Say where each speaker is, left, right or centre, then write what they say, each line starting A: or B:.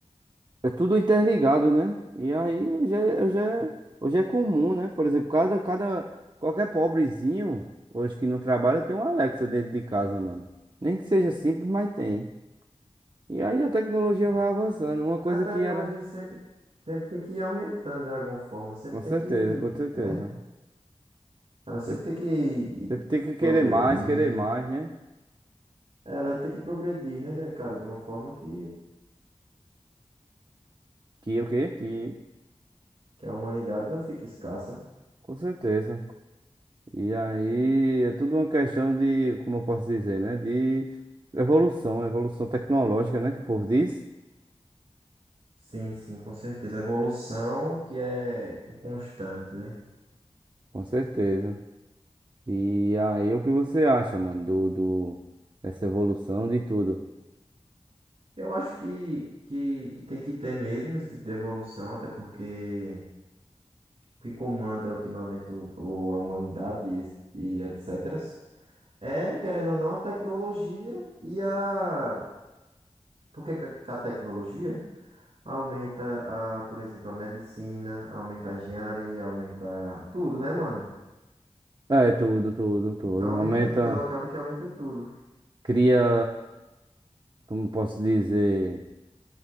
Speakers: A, on the right; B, on the right.
A: É tudo interligado, né? E aí hoje é, hoje é, hoje é comum, né? Por exemplo, cada, cada, qualquer pobrezinho hoje que não trabalha tem um Alexa dentro de casa, mano. Nem que seja simples, mas tem. E aí a tecnologia
B: Sim.
A: vai avançando. Uma coisa
B: A tecnologia
A: que era.
B: sempre, sempre tem que ir aumentando de alguma forma. Sempre
A: Com
B: tem
A: certeza,
B: que,
A: com certeza.
B: né? Ela sempre
A: Sempre,
B: tem que ir ir
A: sempre tem que querer
B: progredindo.
A: mais, querer mais, né?
B: Ela tem que progredir, né, de- cara? De uma forma que,
A: Que o quê? Que.
B: que a humanidade não fique escassa.
A: Com certeza. E aí é tudo uma questão de, como eu posso dizer, né? De evolução, evolução tecnológica, né? Que o povo diz.
B: Sim, sim, com certeza. A evolução que é inconstante, né?
A: Com certeza. E aí, o que você acha, mano, do, do, dessa evolução de tudo?
B: Eu acho que, que, que tem que ter mesmo esse tipo de evolução, até porque o que comanda ultimamente o, o- a humanidade e, esse- e etc. É, querendo ou não, a tecnologia e a. Por que que a que a tecnologia? Aumenta a, por exemplo, a medicina, aumenta a engenharia, aumenta tudo, né, mano?
A: É, tudo, tudo, tudo.
B: Então aumenta,
A: Aumenta,
B: então acaba que aumenta tudo.
A: cria, como posso dizer,